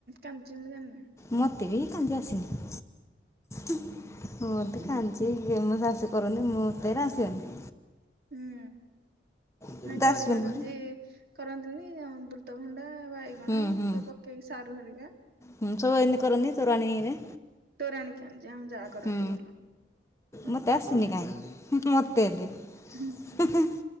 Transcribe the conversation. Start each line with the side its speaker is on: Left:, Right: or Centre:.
Right: କାଞ୍ଜି ମୁଁ ଜାଣିନି।
Left: ମତେ ବି କାଞ୍ଜି ଆସେନି। ହୁଁ, ମତେ କାଞ୍ଜି <unintelligible> ଶାଶୁ କରନ୍ତି, ମତେ ଏରା ଆସିବନି।
Right: ହୁଁ,
Left: ତୋତେ
Right: ନାଇଁ ପରିବା
Left: ଆସିବନି
Right: କାଞ୍ଜି
Left: ପରା
Right: କରନ୍ତିନି। ଅମ୍ବୃତଭଣ୍ଡା, ବାଇଗଣ,
Left: ହୁଁ ହୁଁ
Right: ସବୁ ପକେଇକି ସାରୁ ହରିକା
Left: ହୁଁ, ସବୁ ଏମିତି କରନ୍ତି ତୋରାଣୀରେ।
Right: ତୋରାଣି କାଞ୍ଜି, ଆମ ଯାଆ କରନ୍ତି
Left: ହୁଁ।
Right: ଭଲ। ମତେ
Left: ମୋତେ ଆସୁନି
Right: ଆସିନି
Left: କାହିଁ। ମୋତେ ବି। ଉଁ
Right: ହୁଁ
Left: ଉଁ,